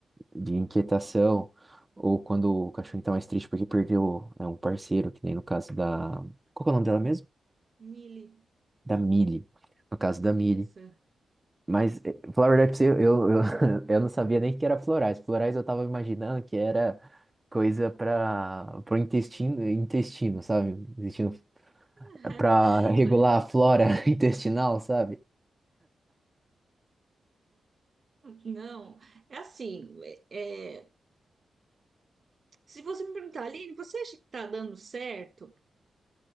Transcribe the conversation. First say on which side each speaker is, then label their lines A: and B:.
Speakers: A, on the right; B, on the right.
A: de inquietação, ou quando o cachorrinho tá mais triste porque perdeu, né, um parceiro, que nem no caso da. Qual que é o
B: Hum,
A: nome dela mesmo?
B: Mili,
A: Da Millie. No caso da
B: é
A: Millie.
B: isso.
A: Mas, eh, falar a verdade pra você, eu, eu, <laughs> eu não sabia nem que era florais. Florais eu tava imaginando que era coisa para pro intestino, intestino, sabe? Intestino
B: <laughs>
A: para regular
B: Mas-
A: a flora <laughs> intestinal, sabe?
B: Não, é assim, é, se você me perguntar, Aline, você acha que está dando certo?